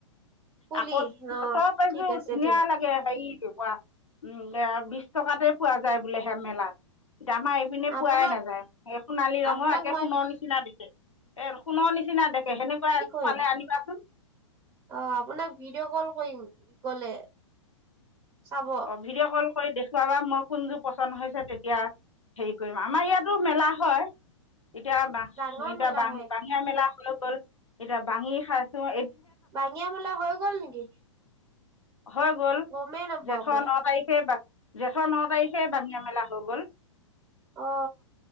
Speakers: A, on the right (about 15°); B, on the left (about 80°).
A: পুলি
B: আকৌ
A: অ
B: তপ এযোৰ
A: ঠিক আছে
B: ধুনীয়া
A: ঠিক
B: লাগে হেৰি কিবা উম এয়া বিশ টকাতে পোৱা যায় বোলে সে মেলাত। আমাৰ এইপিনে
A: আপোনাক
B: পোৱাই নাযায় । এই সোণালী ৰঙৰ,
A: আপোনাক
B: একে
A: মই
B: সোণৰ নিচিনা দিছে। এ সোণৰ নিচিনা দেখে। সেনেকুৱা
A: ম।
B: পালে আনিবাচোন
A: অ' আপোনাক ভিডিঅ' কল কৰিম গ'লে। চাব
B: অ' ভিডিঅ ক'ল কৰি দেখুৱাবা । মই কোনযোৰ পছন্দ হৈছে তেতিয়া হেৰি কৰিম। আমাৰ ইয়াতো মেলা হয়। এতিয়া বা-
A: ডাঙৰ
B: এতিয়া
A: মেলা
B: বা-
A: হয়
B: বাঙীয়া মেলা হলেও গ'ল। এতিয়া বাঙি খাই আছোঁ।
A: বাঙিয়া মেলা হৈ গ'ল নেকি?
B: হৈ গ'ল। ‍
A: গমেই নাপাও
B: জেঠৰ
A: মই
B: ন' তাৰিখে তে বা- জেঠ ন' তাৰিখে বাংঙিয়া মেলা হৈ গ'ল।
A: অ